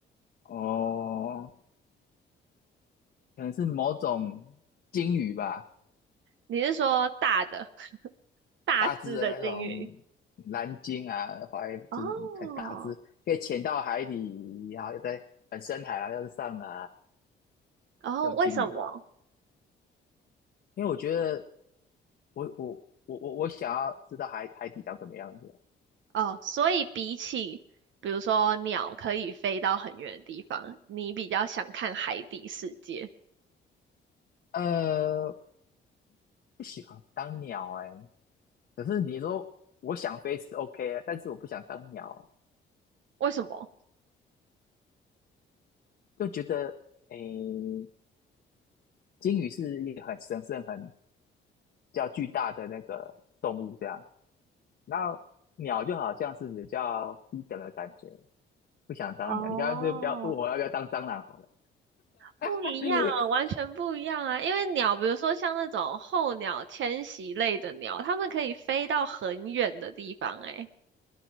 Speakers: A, on the left (about 55°); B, on the right (about 70°).
A: 哦，可能是某种鲸鱼吧，
B: 你是说大的、大只的鲸鱼？
A: 大只的那种蓝鲸啊，怀就是很大只，
B: 哦，
A: 可以潜到海底，然后又在很深海啊，又是上来
B: 然后为什么？
A: 那种鲸鱼吧。因为我觉得我我我我我想要知道海海底长什么样子
B: 哦，所以比起比如说鸟可以飞到很远的地方，你比较想看海底世界，
A: 啊，呃，不喜欢当鸟哎、可是你说我想飞是 OK 啊，但是我不想当鸟，
B: 为什么？
A: 就觉得诶，鲸鱼是一个很神圣、很比较巨大的那个动物，这样。那鸟就好像是比较低等的感觉，不想当鸟。
B: 哦，
A: 你刚刚就不要问我要不要当蟑螂好了，
B: 不一样啊，
A: <laughs>
B: 完全不一样啊！因为鸟，比如说像那种候鸟、迁徙类的鸟，它们可以飞到很远的地方、欸，